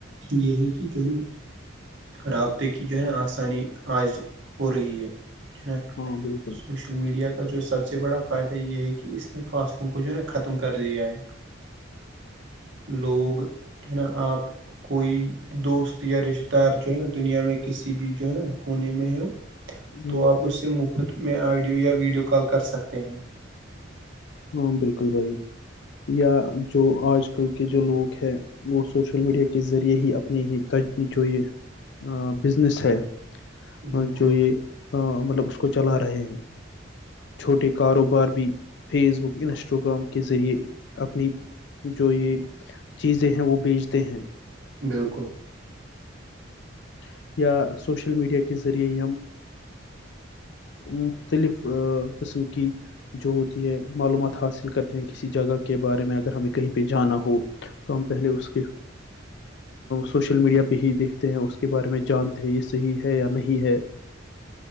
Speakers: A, on the right; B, on the left.
A: یہ ہے کہ جو ہے نا رابطے کی جو ہے نا آسانی آج ہو رہی ہے ن
B: ہاں بالکل
A: سو سوشل میڈیا کا جو سب سے بڑا فائدہ یہ ہے کہ اس نے فاصلوں کو جو ہے نا ختم کر دیا ہے
B: ہ
A: لوگ جو ہے نا آپ کوئی دوست یا رشتے دار جو ہے نا دنیا میں کسی بھی جو ہے نا کونے میں ہے
B: ہوں،
A: تو آپ اس سے مفت میں آڈیو یا ویڈیو کال کر سکتے ہیں
B: ہاں بالکل بھائی یا جو آج کل کے جو لوگ ہے وہ سوشل میڈیا کے ذریعے ہی اپنی ہی جو یہ بزنس ہے
A: بالکل
B: اور جو یہ ہ مطلب اس کو چلا رہے ہیں چھوٹے کاروبار بھی فیس بک انسٹاگرام کے ذریعے اپنی جو یہ چیزیں ہیں وہ بیچتے ہیں
A: بالکل
B: <inaudible> یا سوشل میڈیا کے ذریعے ہم مختلف قسم کی جو معلومات حاصل کرتے ہیں کسی جگہ کے بارے میں اگر ہمیں کہیں پہ جانا ہو تو ہم پہلے اس کے سوشل میڈیا پہ ہی دیکھتے ہیں اس کے بارے میں جانتے ہیں یہ صحیح ہے یا نہیں ہے